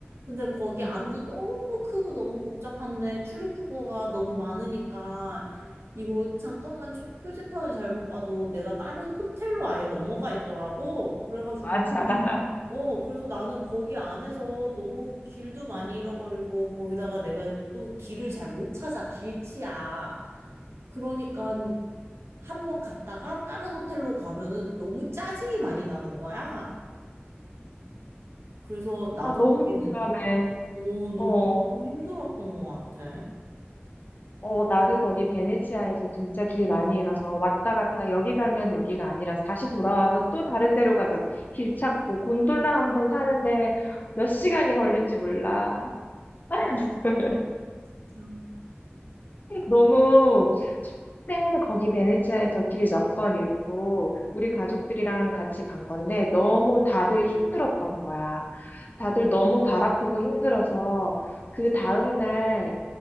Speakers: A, on the right; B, on the left.
A: 근데 거기
B: 응.
A: 안도 너무 크고 너무 복잡한데 출입구가 너무 많으니까 이거 잠깐만 추- 표지판을 잘못 봐도 내가 다른 호텔로 아예 넘어가 있더라고. 그래가지고
B: 맞아. <laughs>
A: 어 그래서 나는 거기 안에서 너무 길도 많이 잃어버리고 거기다가 내가 또 길을 잘 못 찾아 길치야. 그러니까 한 번 갔다가 다른 호텔로 가면은 너무 짜증이 많이 나는 거야. 그래서 나도
B: 아, 너무
A: 거기는
B: 공감해.
A: 오, 너무
B: 어,
A: 조금 힘들었던 것 같아.
B: 어, 나도 거기 베네치아에서 진짜 길 많이 잃어서 왔다 갔다 여기 가면 여기가 아니라 다시 돌아와서 또 다른 데로 가서 길 찾고 곤돌라 한 번 타는데 몇 시간이 걸린지 몰라. <laughs>
A: 자,
B: 너무 처음에 거기 베네치아에서 길 몇 번 잃고 우리 가족들이랑 같이 간 건데 너무 다들 힘들었던 거야. 다들 너무 발 아프고 힘들어서 그 다음날